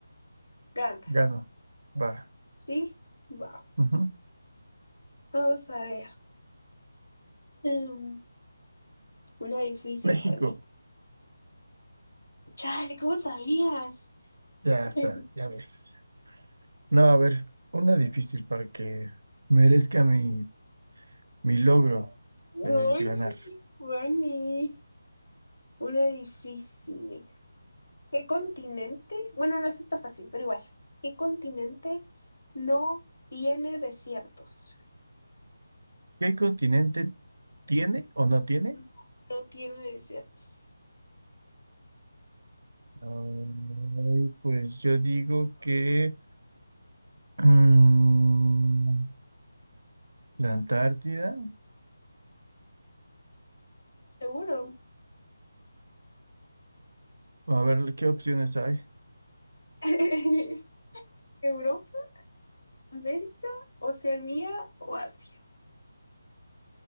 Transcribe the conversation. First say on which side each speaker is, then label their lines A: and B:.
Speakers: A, on the left (about 75°); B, on the right (about 80°).
A: gana,
B: gano. Va.
A: ¿sí? Va.
B: Ujú.
A: Vamos a ver. Em, una difícil,
B: México,
A: Juanmi. Chale, ¿cómo sabías?
B: ya
A: <laughs>
B: sabes, ya ves. No, a ver, una difícil para que merezca mi Mi logro
A: Uy,
B: de ganar.
A: Giovanni, una difícil. ¿Qué continente? Bueno, no esta está fácil, pero igual. ¿Qué continente no tiene desiertos?
B: ¿Qué continente tiene o no tiene?
A: No, no tiene desiertos.
B: Ay, pues yo digo que mm, la Antártida.
A: Seguro.
B: A ver, ¿qué opciones hay?
A: <laughs> ¿Europa, América, Oceanía o Asia?